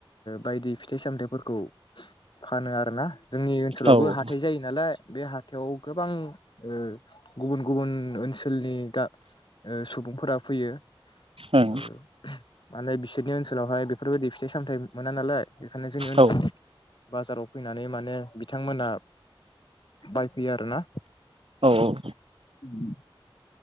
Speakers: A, on the left; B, on the right.
A: बायदि फिथाइ सामथायाइफोरखौ फानो आरोना। जोंनि ओनसोलावबो
B: औ ओं
A: हाथाइ जायो नालाय बे हाथायाव गोबां ओ गुबुन गुबुन ओनसोलनि गा ओ सुबुंफोरा फैयो।
B: ओं
A: उम माने बिसोरनि ओनसोलावहाय बेफोरबायदि फिथाइ सामथाइ मोना नालाय। बेखायनो जोंनि ओनसोलाव
B: औ
A: बाजाराव फैनानै माने बिथांमोना बाय फैयो आरो ना
B: औ औ
A: उम